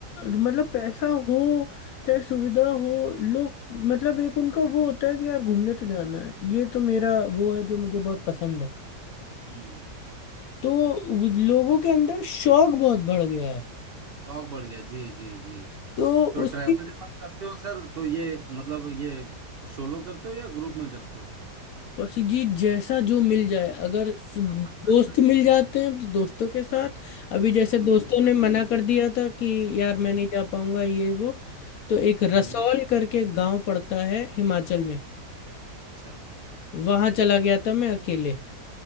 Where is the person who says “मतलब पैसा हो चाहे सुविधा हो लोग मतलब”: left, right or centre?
Left